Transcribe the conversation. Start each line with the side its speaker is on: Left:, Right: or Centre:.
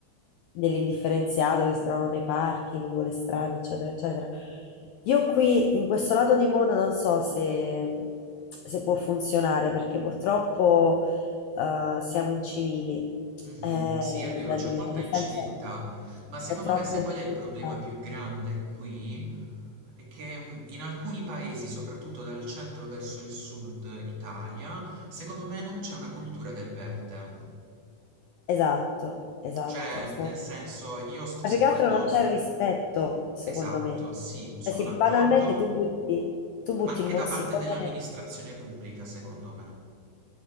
Left: dell'indifferenziato che si trovano nei parchi, lungo le strade, eccetera, eccetera. Io qui, in questo lato di mondo, non so se, se può funzionare perché purtroppo eh, siamo incivili,
Right: Mhm,
Left: è
Right: Sì, è vero,
Left: da
Right: c'è
Left: dire,
Right: molta
Left: nel
Right: inciviltà,
Left: senso
Right: ma secondo
Left: c'è troppa
Right: me sai
Left: inciviltà.
Right: qual è il problema più grande qui? È che mh, in alcuni paesi, soprattutto dal centro verso il sud Italia, secondo me non c'è una cultura del verde.
Left: Esatto, esatto.
Right: Cioè,
Left: sono-
Right: nel senso, io sto
Left: Ma
Right: sentendo...
Left: più che altro non c'è rispetto, secondo
Right: Esatto,
Left: me.
Right: sì, sono
Left: Cioè, sì,
Right: d'accordo,
Left: banalmente tu butti, tu butti
Right: ma anche
Left: il mozzicone.
Right: da parte dell'amministrazione pubblica, secondo me.